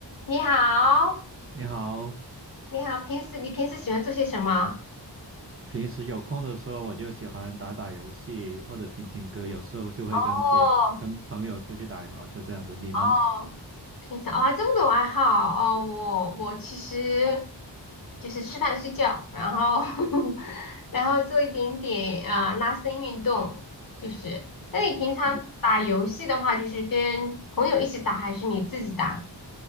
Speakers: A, on the left; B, on the right.
A: 你好，
B: 你好，
A: 你好，平时你平时喜欢做些什么？
B: 平时有空的时候我就喜欢打打游戏或者听听歌，有时候就会跟朋跟朋友出去打羽毛球这样子。
A: 哦
B: 你呢？
A: 哦，平常啊、这么多爱好哦，我我其实就是吃饭睡觉，然后 <laughs> 然后做一点点啊、拉伸运动，就是。那你平常打游戏的话，
B: 与
A: 就是跟朋友一起打还是你自己打？